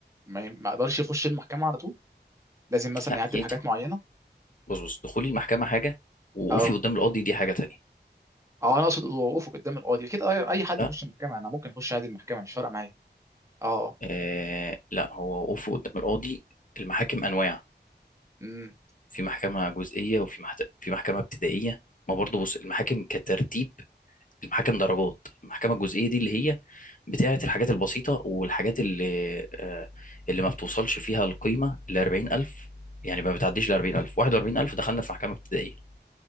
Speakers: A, on the right (about 15°); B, on the left (about 45°).
A: ما ي- ما اقدرش يخش المحكمه على طول لازم مثلا
B: لا
A: يعدي
B: يدخل
A: بحاجات معينه
B: بص بص دخولي المحكمة حاجة ووقوفي
A: اه
B: قدام القاضي دي حاجة تانية
A: اه انا اقصد وقوفه قدام القاضي كده اي أي حد
B: لا
A: يخش المحكمه انا ممكن اخش عادي المحكمه مش فارقه معايا اه
B: آه لا هو وقوفه قدام القاضي المحاكم انواع
A: امم
B: في محكمه جزئيه وفي محت... في محكمه ابتدائيه ما برضه بص المحاكم كترتيب المحاكم درجات المحكمه الجزئيه دي اللي هي بتاعه الحاجات البسيطه والحاجات اللي آه اللي ما بتوصلش فيها القيمه ل 40000 يعني ما بتعديش ل 40000 41000 دخلنا في محكمه ابتدائيه